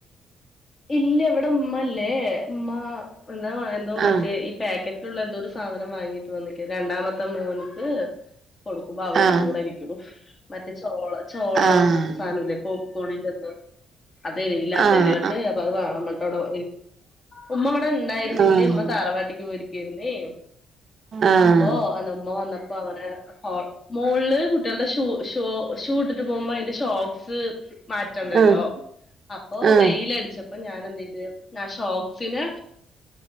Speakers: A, on the left; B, on the right.
A: ഇല്ല വിടെ ഉമ്മ ഇല്ലേ ഉമ്മ. എന്താ എന്തോ മറ്റേ
B: ആഹ്
A: ഈ പാക്കറ്റിലുള്ള എന്തോ ഒരു സാധനം വാങ്ങീട്ട് വന്നിക്ക് രണ്ടാമത്തെ മോനിക്ക് കൊടുക്കുമ്പോ അവള്
B: ആഹ്
A: കൂടെ ഇരിക്കും മറ്റേ ചോള ചോള
B: ആഹ്
A: എന്നു പറഞ്ഞ സാനമില്ല ഇപ്പൊ ഫോണിനാന്ത്, അത് ഇല്ലാത്ത
B: ആഹ്
A: അതിലോട്ട് അപ്പൊ അത് <unintelligible> ഉമ്മ ഇവിടെ ഉണ്ടായിരുന്നില്ലേ,
B: ആഹ്
A: ഉമ്മ തറവാട്ടിക്ക് പോയിരിക്കയിന്നേ.
B: ആഹ്
A: അപ്പോ ഉമ്മ വന്നപ്പോ അവിടെ മോളില് കുട്ടികളുടെ ഷൂ ഷോ ഷൂട്ടിട്ട് പോകുമ്പോ അന്റെ ഷോക്സ്. മാറ്റണ്ടല്ലോ
B: ആഹ്
A: അപ്പൊ
B: ആഹ്
A: വെയിലടിച്ചപ്പോ
B: ആഹ്
A: ഞാൻ എന്ത് യ്തു ആ ഷോക്സന്